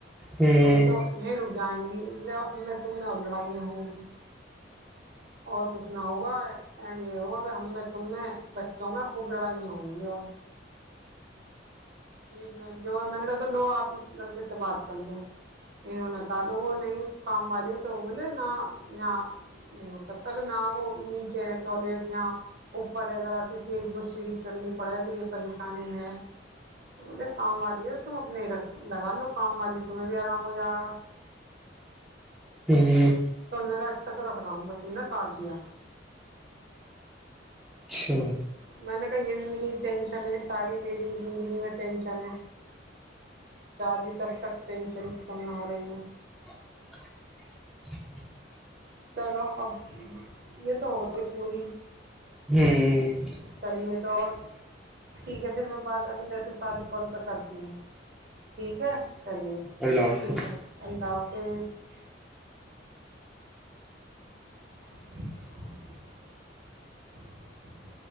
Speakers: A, in the centre; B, on the right.
A: ہ
B: تو تو نہیںیں رک جائیں گی لے ہم میں تم میں اور لڑائں ہوں گی اور کچھ نہ ہوگا اینڈ یہ ہوگا کہ ہم میں تم میں بچوں میں خوب لڑائیاں ہوئئی اور ج جو میں نے کہا تو لو آپ اس لڑکے سے بات کر لو انہوں نے کہا کہ وہ نہیں کام والی تو بولے نہ یہاں نہیں ہو سکتا ا کہ نہ وہ نیچے ہے ٹوائلیٹ نہ اوپر ہےذرا سی تھی ایک دو سیڑھی چڑھنی پڑے تو یہ پریشانی ہے بولے کام والی ہے تو تم اپنے لگا لو کام والی تمہیں بھی آرام ہو جائے گا
A: ج جی <unintelligible>
B: تو اننے کا اچھا تو رکھ رہا ہوں بس ان نے کاٹ دیا
A: اچھا
B: میں نے کہا یہ بھی میری ٹینشن ہے ساری میری زندگی میں ٹینشن ہے شادی سب تک ٹینشن ختم نہ ہو رہی ہیں
A: <unintelligible>
B: چلو اب یہ تو ہو گا پوری
A: ہوں
B: چلیے تو اور ٹھیک ہے پھر میں بات ابھی ویسے سادی کال پہ کرتی ہوں ٹھیک ہے چلیے
A: اللہ حافظ
B: ٹھیک ہے اللہ حافظ <unintelligible>